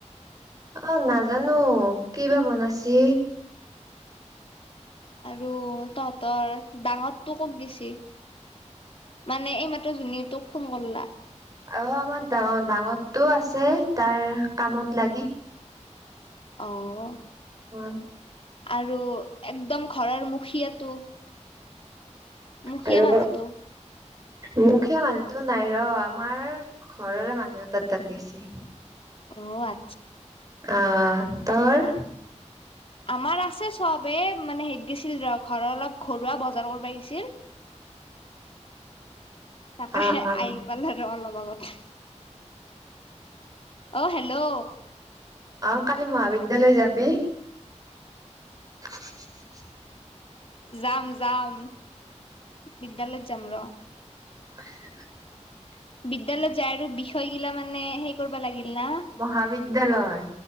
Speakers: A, on the right; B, on the left.
A: অ', নাজানো কিবা বনাইছি।
B: আৰু তহঁতৰ ডাঙৰ তোকো কত গেছি মানে এইমাত্ৰ যোনে তোক ফোন কৰলা।
A: অ', আমাৰ ডাঙৰ ডাঙৰটো আছে তাৰ কামত লাগি।
B: অ'।
A: অ
B: আৰু একদম ঘৰৰ মুখিয়াতো মুখীয়া
A: আৰু
B: মানুহতো-
A: মুখীয়া মানুহটো নাই ৰ আমাৰ ঘৰৰে মানুহ এটাত তাত গেছি।
B: অ', আ
A: অ', তৰ
B: অ আমাৰ আছে চবেই মানে হেইত গৈছিল ৰ ঘৰৰ অলপ ঘৰুৱা বজাৰ কৰবা গৈছিল। তাকেহে
A: অ অ
B: আহি পালে আৰু অলপ- আগত অ', হেল্ল'
A: অ', কালি মহাবিদ্যালয় যাবি? <unintelligible>
B: যাম- যাম। বিদ্যালয়ত যাম ৰ।
A: <unintelligible>
B: বিদ্যালয়ত যায় আৰু বিষয়গিলা মানে সেই কৰবা লাগিল না।
A: মহাবিদ্যালয়।